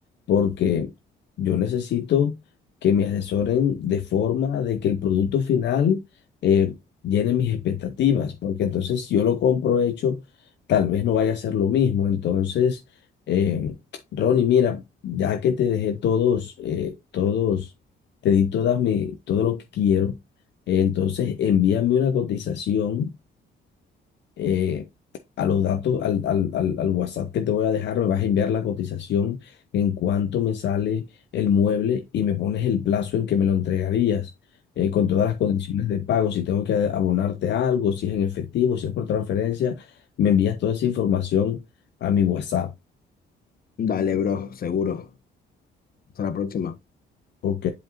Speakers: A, on the left; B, on the left.
A: porque yo necesito que me asesoren de forma de que el producto final eh, llene mis expectativas, porque entonces si yo lo compro hecho, tal vez no vaya a ser lo mismo. Entonces, eh, Ronnie, mira, ya que te dejé todos, eh, todos, te di todas mi, todo lo que quiero, eh, entonces envíame una cotización eh, a los datos, al, al, al, al WhatsApp que te voy a dejar, me vas a enviar la cotización en cuánto me sale el mueble y me pones el plazo en que me lo entregarías, eh, con todas las condiciones de pago, si tengo que abonarte algo, si es en efectivo, si es por transferencia, me envías toda esa información a mi WhatsApp.
B: Dale, bro, seguro. Hasta la próxima.
A: Ok.